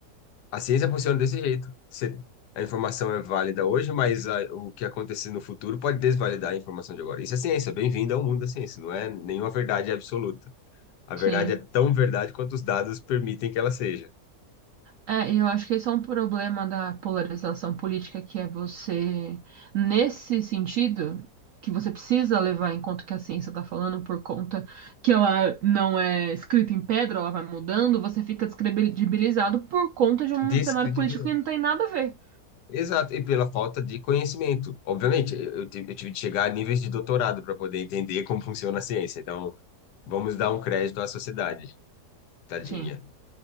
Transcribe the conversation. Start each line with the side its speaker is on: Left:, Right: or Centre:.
Left: A ciência funciona desse jeito. Você, a informação é válida hoje, mas a, o que acontecer no futuro pode desvalidar a informação de agora. Isso é ciência, bem-vindo ao mundo da ciência, não é nenhuma verdade absoluta. A
Right: Sim.
Left: verdade é tão verdade quanto os dados permitem que ela seja.
Right: É, e eu acho que esse é um problema da polarização política, que é você, nesse sentido, que você precisa levar em conta o que a ciência está falando, por conta que ela não é escrita em pedra, ela vai mudando, você fica descredibilizado por conta de um
Left: Descredibilidade.
Right: cenário político que não tem nada a ver.
Left: Exato, e pela falta de conhecimento. Obviamente, eu, eu tive eu tive de chegar a níveis de doutorado para poder entender como funciona a ciência. Então, vamos dar um crédito à sociedade, tadinha.
Right: Sim.